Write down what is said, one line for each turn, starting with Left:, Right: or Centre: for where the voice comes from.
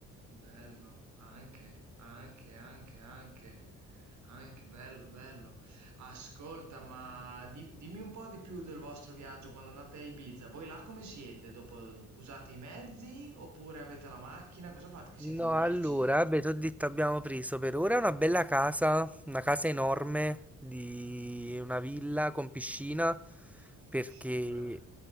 Right: Bello, anche, anche, anche, anche, anche bello, bello. Ascolta, ma di- dimmi un po' di più del vostro viaggio quando andate a Ibiza. Voi là come siete? Dopo usate i mezzi oppure avete la macchina? Cosa fate? Che siete
Centre: No,
Right: in 10?
Centre: allora, beh, t'ho detto abbiamo preso per ora una bella casa, una casa enorme di una villa con piscina,
Right: Su-
Centre: perché
Right: Super.